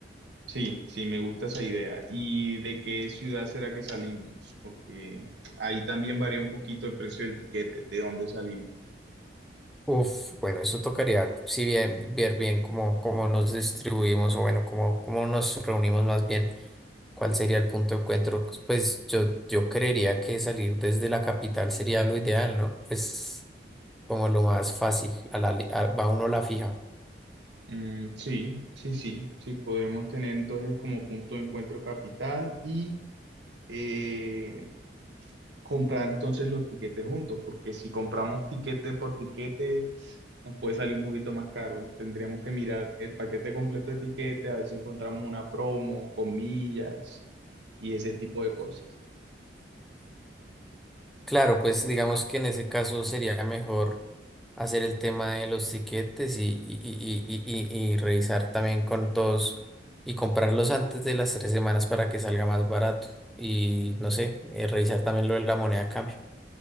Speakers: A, on the right; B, in the centre.
A: sí, sí, me gusta esa idea. ¿Y de qué ciudad será que salimos? Porque ahí también varía un poquito el precio del tiquete, de dónde salimos.
B: Uf, bueno, eso tocaría, si bien, ver bien cómo, cómo nos distribuimos o bueno, cómo, cómo nos reunimos más bien, cuál sería el punto de encuentro. Pues yo, yo creería que salir desde la capital sería lo ideal, ¿no? Pues como lo más fácil, a la li- a- va uno a la fija.
A: Mm, sí, sí, sí, sí, podremos tener entonces como punto de encuentro capital y eh, comprar entonces los tiquetes juntos, porque si compramos tiquete por tiquete nos puede salir un poquito más caro. Tendríamos que mirar el paquete completo de tiquete, a ver si encontramos una promo, comillas y ese tipo de cosas.
B: Claro, pues digamos que en ese caso sería mejor hacer el tema de los tiquetes y, y, y, y, y- y revisar también con todos y comprarlos antes de las tres semanas para que salga más barato. Y no sé, eh, revisar también lo de la moneda a cambio.